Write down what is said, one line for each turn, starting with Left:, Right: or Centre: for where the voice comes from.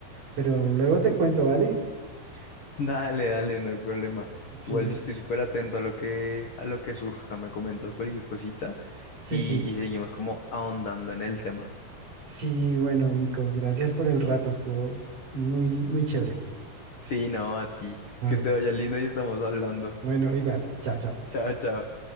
Right: pero luego te cuento, ¿vale?
Left: <laughs> Dale, dale, no hay problema.
Right: Sí,
Left: Igual yo estoy súper atento a lo que, a lo que surja. Me comentas cualquier cosita
Right: sí,
Left: y,
Right: sí.
Left: y seguimos como ahondando en el tema.
Right: Sí, bueno, Nico, gracias por el rato, estuvo muy, muy chévere.
Left: Sí, no, a ti.
Right: Vale,
Left: Que te vaya lindo y estamos hablando.
Right: bueno, igual, chao, chao.
Left: Chao, chao.